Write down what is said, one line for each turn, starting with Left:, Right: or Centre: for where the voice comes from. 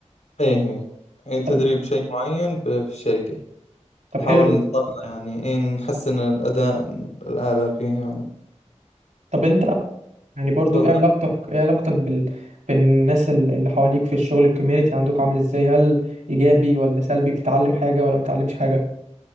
Left: إيه إيه تدريب
Right: طب
Left: شيء معين في في الشركة
Right: طب
Left: نحاول
Right: حلو
Left: نطلع يعني إيه نحسن الأداء الآلة فيه يعني
Right: طب انت يعني برضو
Left: تفضل
Right: ايه علاقتك ايه علاقتك بال... بالناس ال- اللي حواليك في الشغل الكوميونتي عندك عامل ازاي هل ايجابي ولا سلبي بتتعلم حاجة ولا ما بتتعلمش حاجة